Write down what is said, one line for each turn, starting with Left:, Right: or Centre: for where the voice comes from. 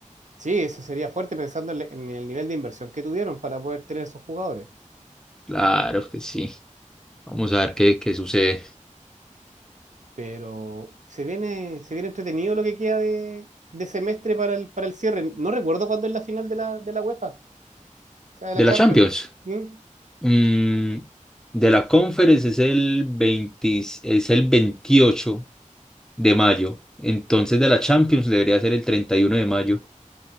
Right: Sí, eso sería fuerte pensando en, le- en el nivel de inversión que tuvieron para poder tener esos jugadores.
Centre: Claro que sí. Vamos a ver qué, qué sucede.
Right: Pero se viene, se viene entretenido lo que queda de, de semestre para el, para el cierre. No recuerdo cuándo es la final de la, de la UEFA, o sea, de
Centre: De
Right: la Champions.
Centre: la Champions.
Right: ¿Mm?
Centre: mm, de la Conference es el 20 es el veintiocho de mayo. Entonces de la Champions debería ser el 31 de mayo.